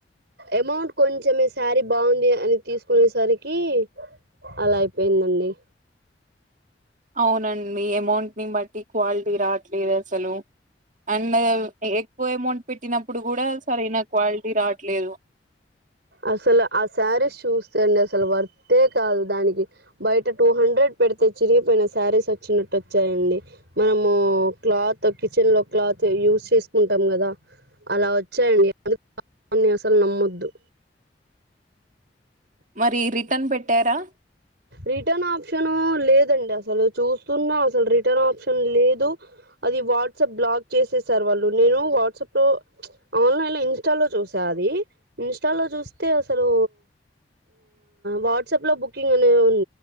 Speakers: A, on the right (about 75°); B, on the right (about 45°).
A: అమౌంట్ కొంచం శారీ బాగుంది అని తీసుకునేసరికి అలా అయిపోయిందండి
B: అవునండి అమౌంట్ ని బట్టి క్వాలిటీ రావట్లేదు అసలు అండ్ ఎక్కువ అమౌంట్ పెట్టినప్పుడు కూడా సరైన క్వాలిటీ రావట్లేదు
A: అసలు ఆ శారీ చూస్తే అండి అసలు వర్తే కాదు దానికి బయట టూ హండ్రెడ్ పెడితే చిరిగిపోయిన శారీస్ వచ్చినట్టు వచ్చాయండి మనము క్లాత్ కిచెన్ లో క్లాత్ యూజ్ చేసుకుంటాం కదా అలా వచ్చాయండి అన్ని అసలు నమ్మొద్దు
B: మరి రిటర్న్ పెట్టారా
A: రిటర్న్ ఆప్షను లేదండి అసలు చూస్తున్నా అసలు రిటర్న్ ఆప్షన్ లేదు అది వాట్సాప్ బ్లాక్ చేసేసారు వాళ్ళు నేను వాట్సాప్ లో ఆన్లైన్ లో ఇన్స్టా లో చూసాను అది ది ఇన్స్టా లో చూస్తే అసలు వాట్సాప్ లో బుక్ అవునవును